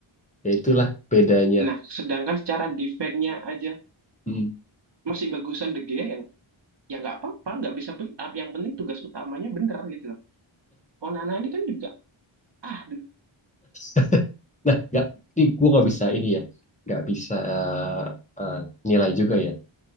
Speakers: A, on the left; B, on the right.
A: Ya itulah bedanya.
B: Nah, sedangkan secara defense-nya aja
A: Mm.
B: masih bagusan De Gea yang ya nggak apa-apa, nggak bisa build up. Yang penting tugas utamanya bener gitu loh. Onana ini kan juga ah aduh,
A: <laughs> Nah, nggak, ini gue nggak bisa ini ya, nggak bisa eh, eh, nilai juga ya.